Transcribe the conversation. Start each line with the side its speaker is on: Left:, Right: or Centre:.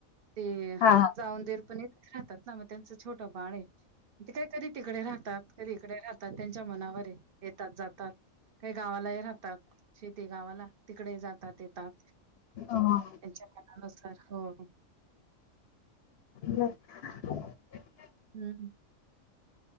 Right: ते
Left: हा
Right: जाऊ आणि दीर पण येत. राहतात ना मग त्यांच छोट बाळ ये म ते कधीतरी तिकडे राहतात कधी इकडे राहतात त्यांच्या मनावर ये. येतात जातात काही गावालाही राहतात. शेती गावाला तिकडे जातात येतात.
Left: हा
Right: त्यांच्या मनानुसार हो
Left: <unintelligible>
Right: हं हं